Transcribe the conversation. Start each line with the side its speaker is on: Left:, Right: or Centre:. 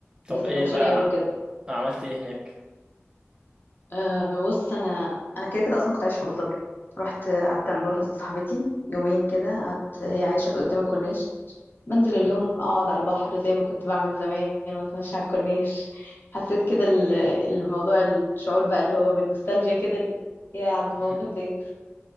Right: طب
Left: بس كانت
Right: ايه
Left: وحشاني
Right: بقى
Left: قوي بجد
Right: عملت ايه هناك
Left: أه بص انا انا كده كده اصلا كنت عايشه في ابو ظبي رحت قعدت عند واحده صاحبتي يومين كده قعدت هي عايشه في قدام الكورنيش بنزل اليوم
Right: مم.
Left: اقعد على البحر زي ما كنت بعمل زمان واتمشى على الكورنيش <laughs> حسيت كده ال- الموضوع الشعور بقى اللي هو بالنوستالجيا كده ال- يا على المواقف
Right: <laughs>
Left: دي